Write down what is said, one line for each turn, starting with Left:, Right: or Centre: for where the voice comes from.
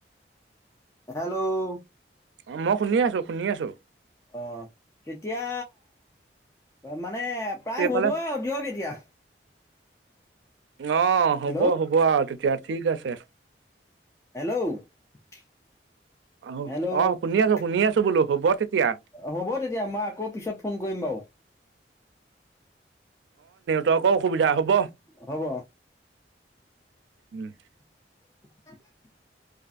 Left: হেল্ল'
Right: অ মই শুনি আছো, শুনি আছো।
Left: অ কেতিয়া ম। মানে প্ৰায়
Right: এইফালে
Left: হ'ব আৰু দিয়ক এতিয়া।
Right: অ হ'ব
Left: হেল্ল'
Right: হ'ব আৰু তেতিয়া। ঠিক আছে।
Left: হেল্ল' <inaudible>
Right: অ
Left: হেল্ল'
Right: অ শুনি
Left: <unintelligible>
Right: আছো শুনি আছো বোলো হ'ব তেতিয়া
Left: হ'ব তেতিয়া মই আকৌ পিছত ফোন কৰিম বাৰু।
Right: তক অসুবিধা হব।
Left: হব। <inaudible>
Right: উম
Left: <unintelligible>